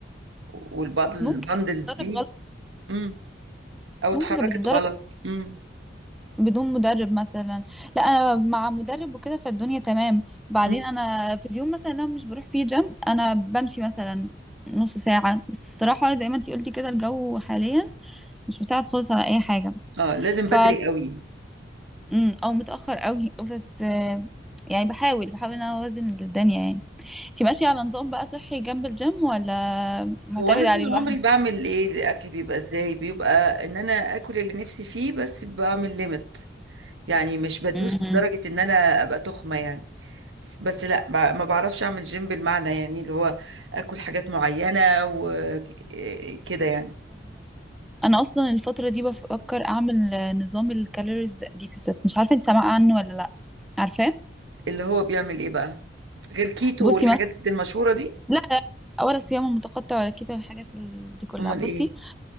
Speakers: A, on the right (about 85°); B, in the centre.
A: والبندلز
B: ممكن تجرب
A: دي مم. او
B: ممكن
A: اتحركت
B: كانت بتتدرب
A: غلط مم.
B: بدون مدرب مثلا لا انا مع مدرب وكده فالدنيا تمام وبعدين
A: مم.
B: انا في اليوم مثلا لو مش بروح فيه جيم انا بمشي مثلا نص ساعة بس الصراحة زي ما انتي قلتي كده الجو حاليا مش مساعد خالص على اي حاجة
A: اه لازم
B: ف
A: بدري قوي
B: أمم، او متأخر قوي <laughs> بس آه، يعني بحاول بحاول ان انا اوازن الدنيا يعني انتي ماشية على نظام بقى صحي جنب الجيم ولا معتمد
A: هو انا
B: عليه
A: طول
B: لوحده
A: عمري بعمل ايه الاكل بيبقى ازاي بيبقى ان انا اكل اللي نفسي فيه بس بعمل ليميت يعني مش بدوس
B: امم
A: لدرجة ان انا ابقى تخمة يعني بس لا ما ما بعرفش اعمل جيم بالمعنى يعني اللي هو اكل حاجات معينة وكده يعني
B: انا اصلا الفتره دي بفكر اعمل آه، نظام الكالوريز ديفيسيت مش عارفه انت سامعه عنه ولا لا عارفاه
A: اللي هو بيعمل ايه بقى غير كيتو
B: بصي
A: والحاجات
B: مثلا
A: دي المشهورة دي
B: لا لا ولا صيام متقطع ولا كده الحاجات ال- دي كلها
A: امال
B: بصي
A: ايه